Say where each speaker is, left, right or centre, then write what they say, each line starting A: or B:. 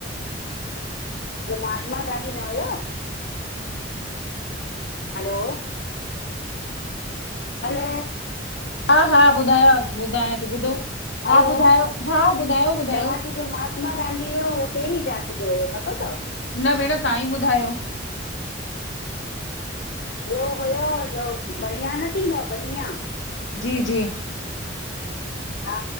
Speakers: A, on the left; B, on the left.
A: जो महात्मा गांधी न हुयो हलो हलो
B: हा हा ॿुधायांव ॿुधायां थी ॿुधो
A: हलो
B: हा ॿुधायो हा ॿुधायो ॿुधायो।
A: चवां थी जो महात्मा गांधी हुयो उहो कहिड़ी जात जो हुयो पतो तव?
B: न भेण तव्हां ई ॿुधायो।
A: ईयो हुयो जो बणिया न थींदो आ बनिया
B: जी जी
A: हा